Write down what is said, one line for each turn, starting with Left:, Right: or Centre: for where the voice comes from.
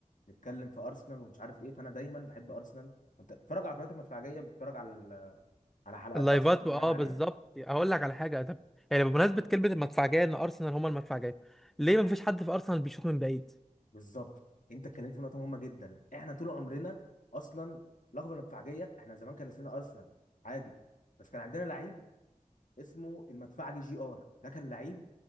Left: نتكلم في ارسنال ومش عارف ايه فانا دايما بحب ارسنال انت بتتفرج على قناه المدفعجيه بتتفرج على على حلقات
Centre: اللايفات
Left: ارسنال اللي
Centre: اه
Left: بنعمل عليها
Centre: بالظبط هقول لك على حاجه طب يعني بمناسبه كلمه المدفعجيه ان ارسنال هما المدفعجيه ليه ما فيش حد في ارسنال بيشوط من بعيد
Left: بالظبط انت اتكلمت في نقطه مهمه جدا احنا طول عمرنا اصلا لقب المدفعجيه احنا زمان كان اسمنا ارسنال عادي بس كان عندنا لعيب اسمه المدفعجي جي ار ده كان لعيب